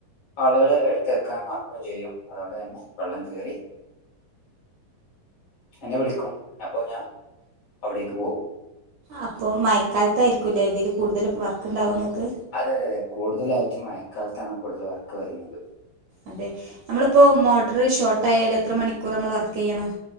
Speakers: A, on the left (about 60°); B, on the right (about 75°).
A: ആളുകൾ എടുത്ത് വക്കാൻ മാർക്കുകയും ചെയ്യും അതുകൊണ്ട് തന്നെ വെള്ളം കയറി എന്നെ വിളിക്കും അപ്പോൾ ഞാൻ അവിടേക്ക് പോകും
B: അപ്പം മയക്കാലത്തായിരിക്കുംല്ലേ ഇതിൽ കൂടുതൽ വർക്ക് ഉണ്ടാവും നിങ്ങൾക്ക്
A: അതെ അതെെ കൂടുതല ആയിട്ട് മഴക്കാലത്താണ് കൂടുതൽ വർക്ക് വരുന്നത്
B: അതെ നമ്മളിപ്പോ മോട്ടർ ഷോർട്ട് ആയാൽ എത്ര മണിക്കൂർ നമ്മൾ വർക്ക് ചെയ്യണം